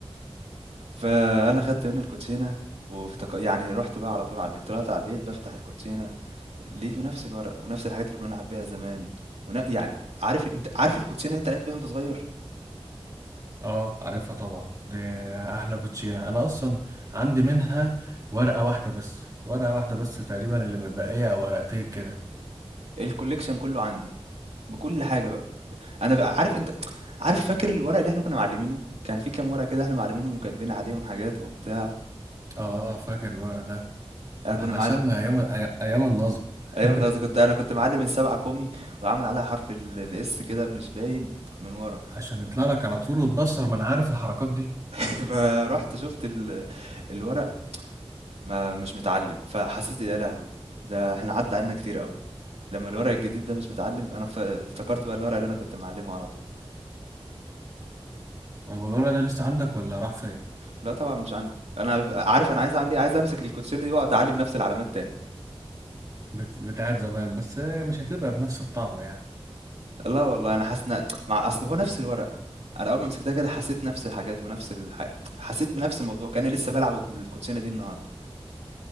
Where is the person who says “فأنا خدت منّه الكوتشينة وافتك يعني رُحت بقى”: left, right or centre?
Right